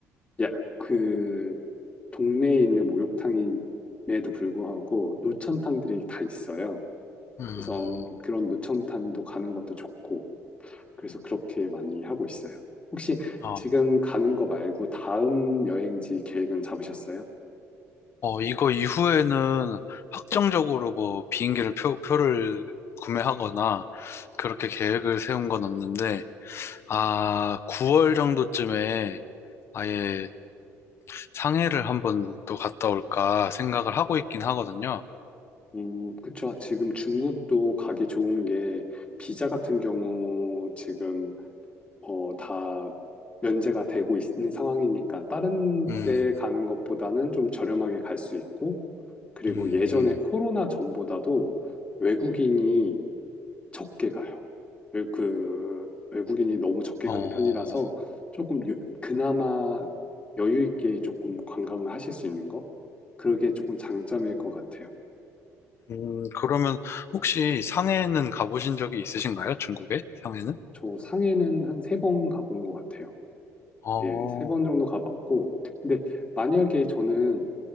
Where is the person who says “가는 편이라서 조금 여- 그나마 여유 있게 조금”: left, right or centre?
Left